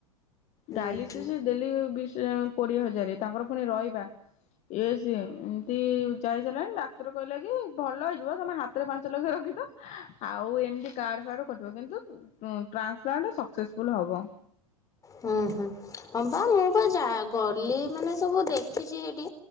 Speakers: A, on the left; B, on the left.
A: ହୁଁ
B: ଡ଼ାଇଲିସିସ୍
A: ହୁଁ
B: ଡେଲି କୋଡିଏ ହଜାର ତାଙ୍କର ପୁଣି ରହିବା। ଏ ସିଏ ଏମିତି ଯାଇ ସାରିଲାଣି ଡାକ୍ତର କହିଲା କି ଭଲ ହେଇଯିବ ତମେ ହାତରେ ପାଞ୍ଚ ଲକ୍ଷ ରଖିଥ ଆଉ ହଉ ଏମିତି କାର୍ଡ ଫାର୍ଡ କଟିବ କିନ୍ତୁ ଟ୍ରାନ୍ସପ୍ଲାଣ୍ଟ ସକ୍ସେସଫୁଲ ହବ।
A: ହୁଁ ହୁଁ ହଁ ବା ମୁଁ ପା ଯା ଗଲି ମାନେ ସବୁ ଦେଖିଛି ହେଇଠି